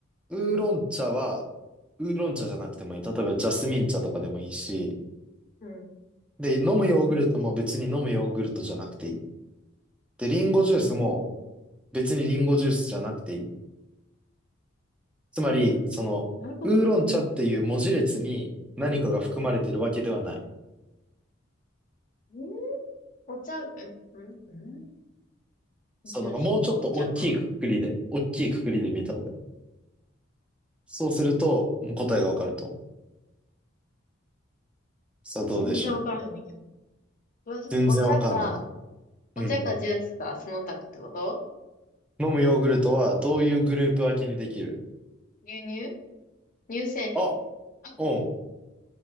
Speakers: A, in the centre; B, on the left.
A: ウーロン茶は、ウーロン茶じゃなくてもいい。例えばジャスミン茶とかでもいいし、
B: うん
A: で、飲むヨーグルトも別に飲むヨーグルトじゃなくていい。で、リンゴジュースも
B: おう、
A: 別にリンゴジュースじゃなくていい。つまり、その、
B: どういうこと
A: ウーロン茶っていう文字列に何かが含まれてるわけではない。
B: うんうんお茶、え、うん、うん
A: そう、
B: ジュースかお茶か。
A: なんかもうちょっと大きいくくりで、大きいくくりで見た方がいい。そうすると、もう答えがわかると思う。さあどうでしょう。
B: 全然わからへんねんけど。どうしお茶か、
A: 全然わかんない。
B: お茶かジュースか、
A: うん。
B: その他ってこと
A: 飲むヨーグルトはどういうグループ分けにできる
B: 牛乳乳製品。
A: あ、
B: あ、
A: うん。